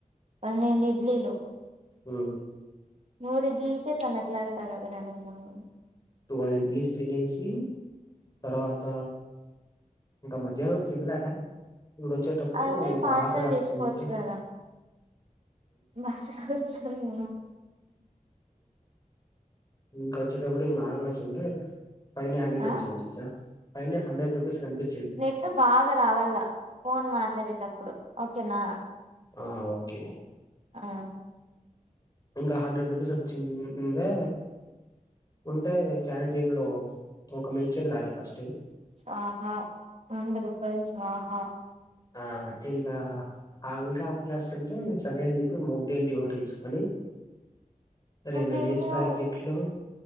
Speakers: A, on the right; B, on the left.
A: పన్నెండిఇడ్లీలు
B: ఉమ్,
A: మూడు ఇడ్లీకే <unintelligible>
B: ట్వెల్వ్ ఇడ్లిస్ తినేసి తర్వాత ఇంక మధ్యాహ్నం తిన్లే ఇప్పుడు ఒచ్చేటప్పుడు
A: అవి
B: ఇంకా
A: పార్సల్
B: ఆకలేస్తంటే
A: తెచ్చుకోవచ్చు కదా బస్సు కూర్చుని
B: ఇంకోచ్చేటపుడె తిన్న ఆకలేసుంటే పైన్నె హండ్రెడ్
A: ఆ
B: రుపీస్ కనిపిచా పైన్నె హండ్రెడ్ రుపీస్ కనిపి
A: నెట్ బాగా రావాల ఫోన్ మాట్లాడేటప్పుడు ఓకేనా
B: ఆ ఓకే
A: ఆ
B: ఇంకా హండ్రెడ్ రూపీస్ వచ్చిన్ ఉండె ఉంటే క్యాంటీన్ లో ఒక మిల్క్ షేక్ దాగేది ఫస్ట్
A: స్వాహా వంద రూపాయిల్ స్వాహా
B: ఆ ఇంకా ఆహ్ ఇంకా ఆకలేస్తుంటే సరే అని చెప్పి మౌంటెన్ డివొటర్ తీసుకొని రెండు
A: థ్యాంక్
B: లేస్
A: యూ
B: ప్యాకెట్లు